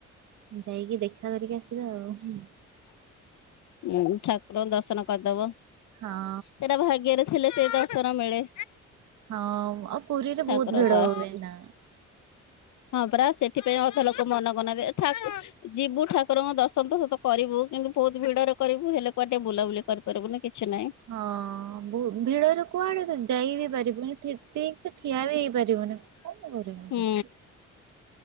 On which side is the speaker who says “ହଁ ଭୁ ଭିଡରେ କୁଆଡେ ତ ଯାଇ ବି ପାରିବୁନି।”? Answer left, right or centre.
Right